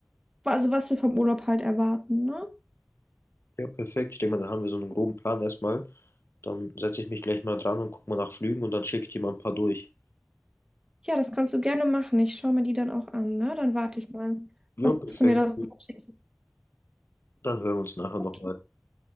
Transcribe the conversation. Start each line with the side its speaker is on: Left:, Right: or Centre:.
Right: also was wir vom Urlaub halt erwarten, ne?
Left: ja, perfekt. Ich denke mal, dann haben wir so einen groben Plan erstmal. Dann setze ich mich gleich mal dran und gucke mal nach Flügen und dann schicke ich dir mal ein paar durch.
Right: Ja, das kannst du gerne machen. Ich schaue mir die dann auch an, ne? Dann warte ich mal,
Left: Ja,
Right: was
Left: perfekt.
Right: du mir da so schickst.
Left: Dann hören wir uns nachher
Right: Okay.
Left: nochmal.